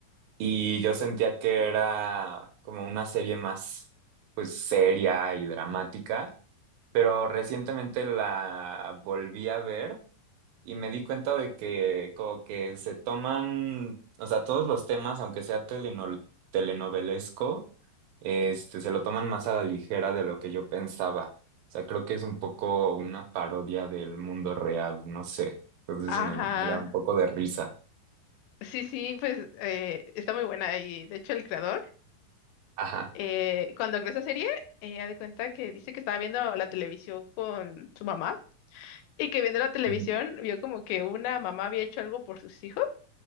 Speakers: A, on the right (about 80°); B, on the left (about 85°).
A: Y yo sentía que era como una serie más, pues, seria y dramática, pero recientemente la volví a ver y me di cuenta de que como que se toman, o sea, todos los temas, aunque sea teleno- telenovelesco, este, se lo toman más a la ligera de lo que yo pensaba. O sea, creo que es un poco una parodia del mundo real, no sé. Entonces
B: ajá.
A: me, me da un poco de risa.
B: Sí, sí, pues eh, está muy buena y de hecho el creador,
A: Ajá.
B: eh, cuando creó esa serie, eh, ha de cuenta que dice que estaba viendo la televisión con su mamá Y que viendo la televisión,
A: Ujú.
B: vio como que una mamá había hecho algo por sus hijos.